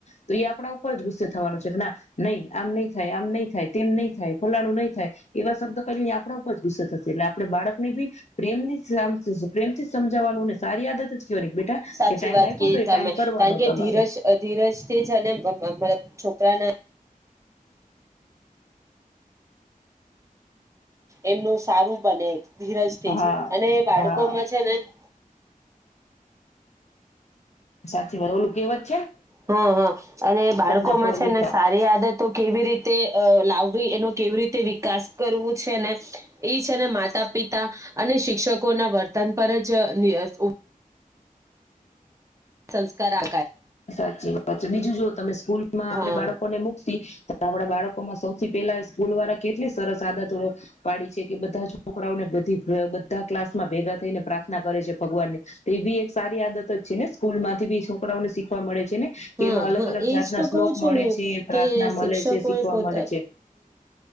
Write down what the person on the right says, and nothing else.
સાચી
વાત
કીધી
તમે
કારણ કે
ધીરજ ધીરજ તે જ અને મારા છોકરાના એમનું સારું બને. ધીરજથી
જ અને બાળકો
માં છે, ને <inaudible>
હ, હ, અને બાળકોમાં
છે,
ને સારી આદતો કેવી રીતે અ લાવવી એનો કેવી રીતે વિકાસ કરવું છે, ને એ છે, ને માતા પિતા અને શિક્ષકોના વર્તન પર જ ની ઉ સંસ્કાર આ
હા
હા
હા
એજ
તો
કહ છું
હું
કે શિક્ષકો
એ પોતા